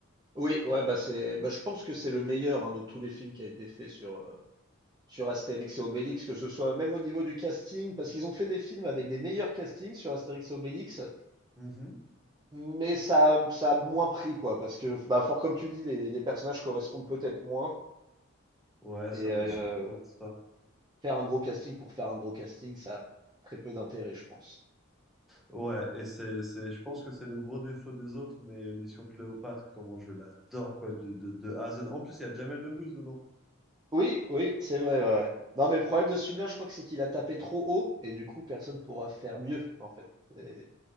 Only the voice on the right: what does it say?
Oui, ouais, bah c'est, bah, je pense que c'est le meilleur hein, de tous les films qui a été fait sur, euh, sur Astérix et Obélix, que ce soit même au niveau du casting, parce qu'ils ont fait des films avec des meilleurs castings sur Astérix et Obélix,
mais ça, ça a moins pris, quoi, parce que, bah, fort comme tu dis, les, les personnages correspondent peut-être moins,
et
euh,
faire un gros casting pour faire un gros casting, ça a très peu d'intérêt, je pense.
Oui, oui, c'est vrai, ouais. ouais. Non, mais le problème de ce film-là, je crois que c'est qu'il a tapé trop haut, et du coup, personne pourra faire mieux, en fait. C'est-